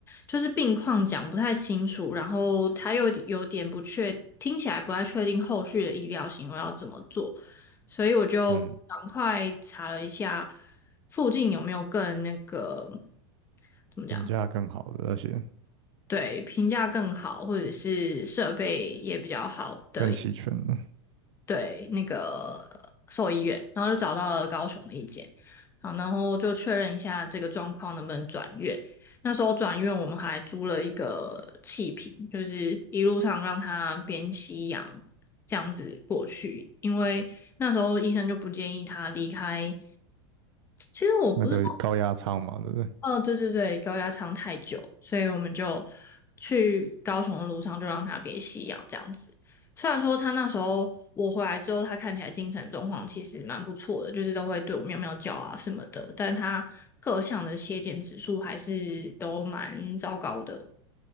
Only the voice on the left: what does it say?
就是病况讲不太清楚，然后他又有点不确，听起来不太确定后续的医疗行为要怎么做，所以我就赶快查了一下
附近有没有更那个。怎么讲？
对，评价更好，或者是设备也比较好的，
对，那个兽医院，然后就找到了高雄的一间，好，然后就确认一下这个状况能不能转院。那时候转院，我们还租了一个气瓶，就是一路上让他边吸氧这样子过去，因为那时候医生就不建议他离开。其实我不知道
哦，对对对，高压舱太久，所以我们就去高雄的路上就让他别吸氧这样子。虽然说他那时候我回来之后，他看起来精神状况其实蛮不错的，就是都会对我喵喵叫啊什么的，但他各项的血检指数还是都蛮糟糕的。